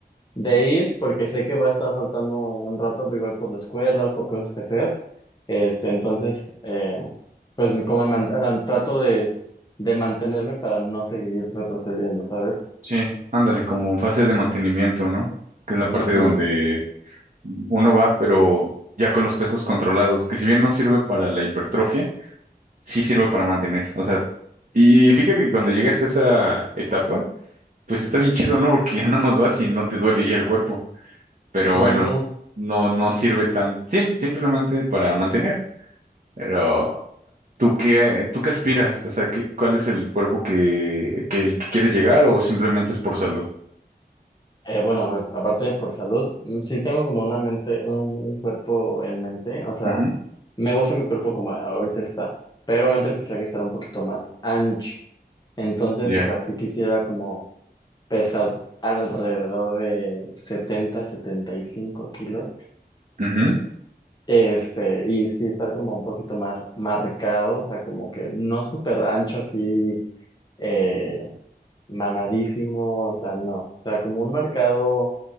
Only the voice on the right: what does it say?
Sí, ándale, como en fase de mantenimiento, ¿no? Que es la parte
donde uno va, pero ya con los pesos controlados, que si bien no sirve para la hipertrofia, sí sirve para mantener. O sea, y fíjate que cuando llegas a esa etapa, pues está bien chido, ¿no? Porque ya <laughs> nada más vas y no te duele ya el cuerpo. Pero
bueno, no, no sirve tan, sim- simplemente para mantener. Pero, ¿tú qué, tú qué aspiras? O sea, ¿qué- cuál es el cuerpo que, que, el que quieres llegar o simplemente es por salud?
Ujú,
ya.
Ujú.